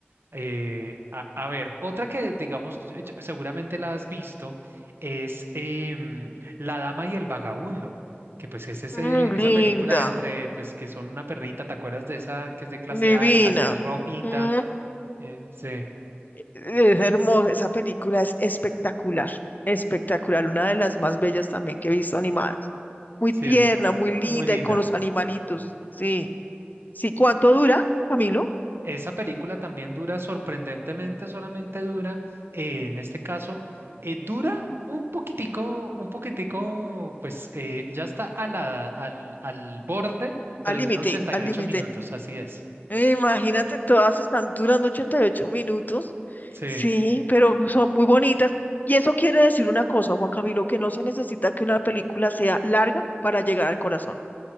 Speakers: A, on the right (about 65°); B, on the left (about 45°).
A: Eh, a, a ver, otra que digamos, eh, yo- seguramente la has visto, es em, La Dama y el Vagabundo, que pues es ese,
B: Mm,
A: esa
B: linda,
A: película entre, pues que son una perrita, ¿te acuerdas de esa que es de clase
B: divina.
A: alta, que es rojita?
B: Mm,
A: Eh, sí,
B: es hermosa, esa película es espectacular, espectacular, una de las más bellas también que he visto animadas. Muy
A: sí,
B: tierna,
A: es mu-
B: muy linda
A: muy linda.
B: y con los animalitos. Sí, sí, ¿cuánto dura, Camilo?
A: Esa película también dura sorprendentemente, solamente dura, eh, en este caso, eh, dura un poquitico, un poquitico, pues eh, ya está a la, al, al borde, pero
B: Al límite,
A: dura ochenta
B: al
A: y ocho
B: límite.
A: minutos, así es.
B: Eh, Imagínate, todas están durando 88 minutos.
A: Sí,
B: Sí, pero son muy bonitas. Y eso quiere decir una cosa, Juan Camilo, que no se necesita que una película sea larga para llegar al corazón.